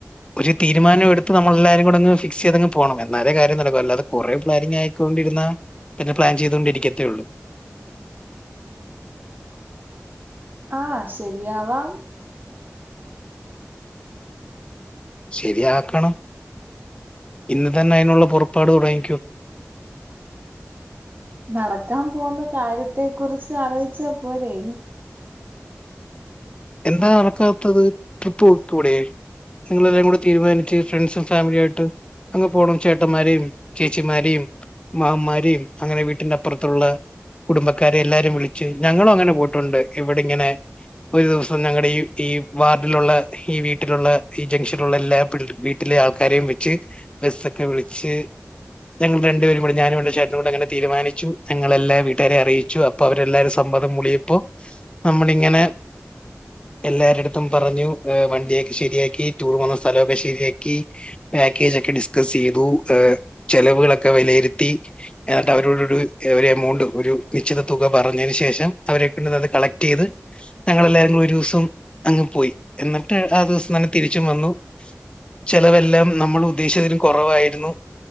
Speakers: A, on the left; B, on the right.
A: ഒര് തീരുമാനം എടുത്ത് നമ്മള് എല്ലാരും കൂടാങ്ങ് ഫിക്സ് ചെയ്തങ്ങ് പോണം എന്നാലേ കാര്യം നടക്കു അല്ലാതേ കൊറെ പ്ലാനിങ് ആയാൽ വച്ചോണ്ടിര്ന്നാ പിന്നെ പ്ലാൻ ചെയ്തൊണ്ടിരിക്കത്തേ ഒള്ളൂ
B: ആഹ് ശരിയാവാം.
A: ശരിയാക്കണം, ഇന്ന് തന്നെ അയിനുള്ള പൊറപ്പാട് തുടങ്ങിക്കോ.
B: നടക്കാൻ പോന്ന് കാര്യത്തെ കുറിച്ച് ആലോചിച്ചാൽ പോരെ.
A: എന്താ നടക്കാത്തത്, ട്രിപ്പ് പോയിക്കൂടെ. നിങ്ങളെല്ലാവരും കൂടെ തീരുമാനിച്ച് ഫ്രണ്ട്സും ഫാമിലിയായിട്ട് അങ്ങ് പോണം, ചേട്ടന്മാരെയും. ചേച്ചിമാരെയും മാമ്മാൻമാരെയും അങ്ങനെ വീട്ടിന്റെ അപ്പുറത്തുള്ള. കുടുംബക്കാരെ എല്ലാരും വിളിച്ച് ഞങ്ങളും അങ്ങനെ പോയിട്ട് ഒണ്ട് ഇവടെ ഇങ്ങനെ ഒരു ദിവസം ഞങ്ങളുടെ ഈ ഈ വാർഡിലുള്ള ഈ വീട്ടിലുള്ള ഈ ജംഗ്ഷനിലുള്ള എല്ലാ പിള്ള വീട്ടിലെ ആൾ. ക്കാരേം വെച്ച് ബസ്സൊക്കെ വിളിച്ച് ഞങ്ങൾ രണ്ട്പേരും കൂടെ ഞാനും അവൾടെ ചേട്ടനും കൂടെ അങ്ങനെ തീരുമാനിച്ചു ഞങ്ങളെല്ലാ വീട്ടുകാരെ അറിയിച്ചു അപ്പോ അവര് എല്ലാരും സമ് മ്മതം മൂളിയപ്പോ നമ്മളിങ്ങനെ എല്ലാരെടുത്തും പറഞ്ഞു യെ വണ്ടിയൊക്കെ ശരിയാക്കി ടൂർ പോന്നാ സ്ഥലോക്കെ ശരിയാക്കി പാക്കേ റ്റൊക്കെ ഡിസ്ക്കസ്സീതു ഏ ചെലവുകളെക്കേ വെലയിരുത്തി എന്നിട്ടവരോടൂടെ ഒരു അമൌ ണ്ട് ഒരു നിശ്ചിത തുക പറഞ്ഞേന് ശേഷം അവരെ കൊണ്ട് അത് കളക്റ്റ് ചെയ്ത് ഞങ്ങളേല്ലാരും ദിവസം അങ്ങ് പോയി എന്നിട്ട് ആ ദവസം തന്നെ തിരിച്ചും വന്നു ചെലവെല്ലാം നമ്മള് ഉദ്ദേശിച്ചതിലും കൊറവായിരുന്നു